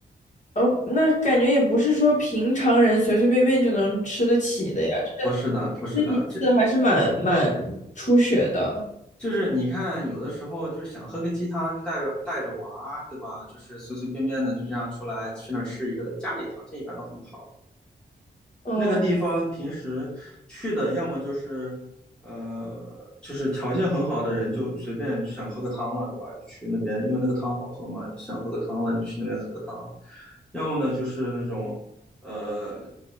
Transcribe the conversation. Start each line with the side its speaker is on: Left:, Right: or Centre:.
Left: 哦，那感觉也不是说平常人随随便便就能吃得起的呀。
Centre: 不是的，不是的，
Left: 那一次还是蛮蛮出血的。
Centre: 这就是你看，有的时候就是想喝个鸡汤，就带着带着娃，对吧？就是随随便便的就这样出来去那儿吃一个的，家里条件一般都很好，
Left: 嗯，
Centre: 那个地方平时去的，要么就是呃，就是条件很好的人就随便想喝个汤了，对吧？就去那边，因为那个汤好喝嘛，就想喝个汤了，就去那边喝个汤。要么呢，就是那种呃